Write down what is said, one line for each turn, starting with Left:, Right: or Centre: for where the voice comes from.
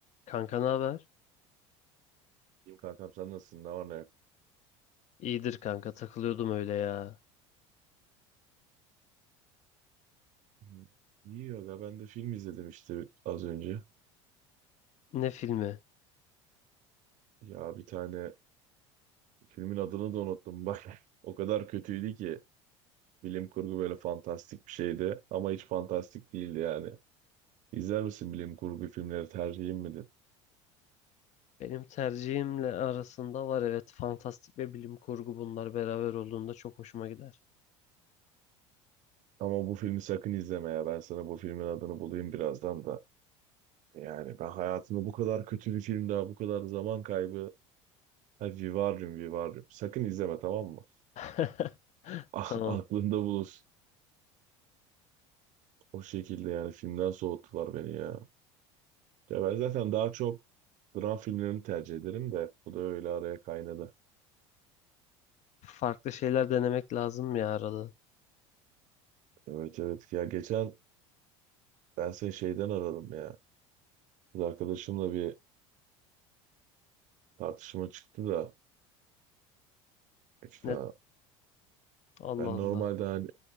Left: Kanka ne haber?
Right: İyiyim kankam sen nasılsın? Ne var ne yok?
Left: İyidir kanka takılıyordum öyle ya.
Right: Hmm, İyi aga ben de film izledim işte az önce.
Left: Ne filmi?
Right: Ya bir tane filmin adını da unuttum bak. <laughs> O kadar kötüydü ki. Bilim kurgu böyle fantastik bir şeydi ama hiç fantastik değildi yani. İzler misin bilim kurgu filmleri tercihin midir?
Left: Benim tercihimle arasında var evet fantastik ve bilim kurgu bunlar beraber olduğunda çok hoşuma gider.
Right: Ama bu filmi sakın izleme ya. Ben sana bu filmin adını bulayım birazdan da. Yani ben hayatımda bu kadar kötü bir film daha bu kadar zaman kaybı. Ha Vivarium Vivarium. Sakın izleme tamam mı?
Left: <laughs>
Right: Ah,
Left: Tamam.
Right: aklında bulunsun. O şekilde yani filmden soğuttular beni ya. Ya ben zaten daha çok dram filmlerini tercih ederim de bu da öyle araya kaynadı.
Left: Farklı şeyler denemek lazım ya arada.
Right: Evet evet ya geçen ben seni şeyden aradım ya. Kız arkadaşımla bir tartışma çıktı da işte
Left: Ne Allah
Right: ben
Left: Allah.
Right: normalde hani